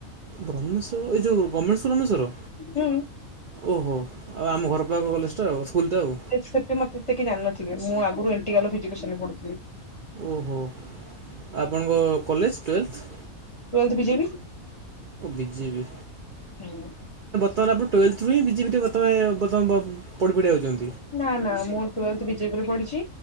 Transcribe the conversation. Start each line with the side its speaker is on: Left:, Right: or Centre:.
Right: ବ୍ରହ୍ମେଶ୍ୱର ଏଇ ଯୋଉ ଗାମେଣ୍ଟ ବ୍ରହ୍ମେଶ୍ୱର।
Left: ହୁଁ।
Right: ଓହୋ ଆଉ ଆମ ଘରପାଖ କଲେଜଟା ଆଉ। ସ୍କୁଲଟା ଆଉ
Left: ଏଠି ସେତେ ମୋତେ କି ଏତେ ଜାଣିନଥିବେ ମୁଁ ଆଗରୁ ଏଣ୍ଟିକାଲ ଫିଜିକେସନ୍ ରେ ପଢ଼ୁଥିଲି।
Right: ଓହୋ ଆପଣଙ୍କ କଲେଜ ଟୁଏଲଥେ?
Left: ଟ୍ୱେଲଥ ବିଜେପି
Right: ବିଜେବିି
Left: ହୁଁ।
Right: ତାହେଲେ ଆପଣ ଟୁଏଲଥେ ରୁହିଁ ବିଜେପିରେ ବର୍ତ୍ତ ବର୍ତ୍ତ ପ଼ି ପଢ଼ି ପଢି <unintelligible>
Left: ନା ନା ମୁଁ ଟୁଏଲଥେ ବିଜେପିରେ ପଢ଼ିଚି